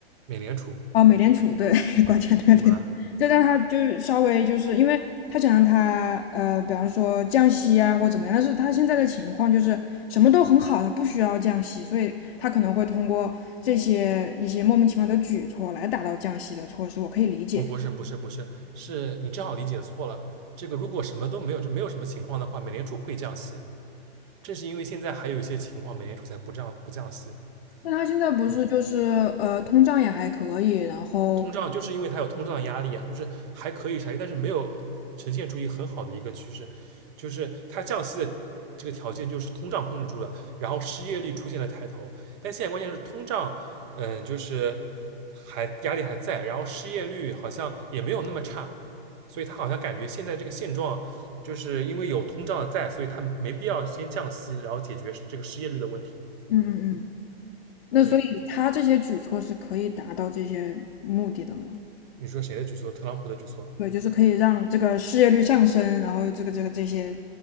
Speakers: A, on the right (about 25°); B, on the left (about 65°).
A: 美联储
B: 哦，美联储对 <laughs>，挂钱对对，
A: 怎么了？
B: 就让他就是稍微就是因为他想让他呃，比方说降息啊或怎么样，但是他现在的情况就是什么都很好，他不需要降息，所以他可能会通过这些一些莫名其妙的举措来达到降息的措施，我可以理解。
A: 不不是不是不是，是你正好理解错了。这个如果什么都没有，这没有什么情况的话，美联储会降息。正是因为现在还有一些情况，美联储才不降不降息。
B: 但他现在不是就是呃，
A: 嗯，
B: 通胀也还可以，然后
A: 通胀就是因为它有通胀压力啊，就是还可以啥，但是没有呈现出一个很好的一个趋势，就是它降息的这个条件就是通胀控制住了，然后失业率出现了抬头。但现在关键是通胀，嗯，就是还压力还在，然后失业率好像也没有那么差，所以他好像感觉现在这个现状。就是因为有通胀在，所以它没必要先降息，然后解决这个失业率的问题。
B: 嗯嗯嗯，那所以他这些举措是可以达到这些目的的吗？
A: 对，你说谁的举措？特朗普的举措
B: 对，就是可以让这个失业率上升，然后这个这个这些